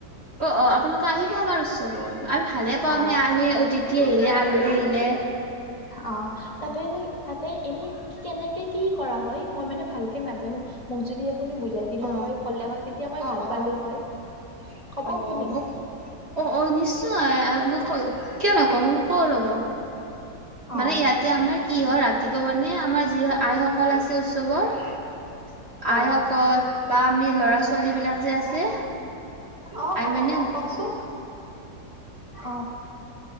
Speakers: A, on the right (about 45°); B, on the left (about 25°).
A: অ', অ' আপোনালোকে আহিব আমাৰ উৎসৱত আৰুমি ভালে পাওঁ
B: অ
A: আমি আমি অতিথি আহিলে আলহী আহিলে।
B: অ' তাতে এনে তাতে এনে কেনেকে কি কৰা হয় মই মানে ভালকে নাজানো মোক যদি। আপুনি বুজাই দিলে
A: অ
B: হয় ক'লে হয় তেতিয়া মই
A: অ
B: ভাল
A: অ
B: পালো হয়। ক'ব
A: অ
B: আপুনি
A: মোক অ অ নিশ্চয় মই কৈ য কিয় নকওঁ ক ৰ'ব
B: অ
A: মানে ইয়াতে আমাৰ কি হয় ৰাতিপুৱা মানে আমাৰ যি আইসকল আছে উৎসৱৰ
B: অ
A: আইসকল বা আমি ল'ৰা ছোৱালী বিলাক যে আছে
B: অ
A: আমি
B: অ
A: মানে
B: অ কওকচোন অ